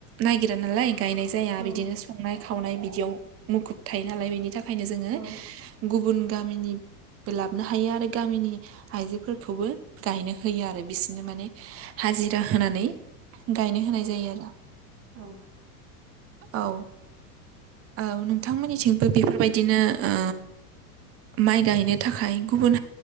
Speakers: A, on the right; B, on the right.
A: नागिरा नालाय गायनाय जाया
B: औ
A: बिदिनो संनाय खावनाय बिदियाव मुखुब थायो नालाय बेनि था खायनो जोङो
B: औ
A: गुबुन गामिनिबो लाबो हायो आरो गामिनि आइजोफोरखौबो गायनो होयो आरो बिसोरनो माने हाजिरा होनानै गायनो होनाय
B: औ
A: जायो आरो
B: औ
A: औ औ नोंथांमोननिथिंबो बेफोरबायदिनो ओ माइ गायनो थाखाय गुबुन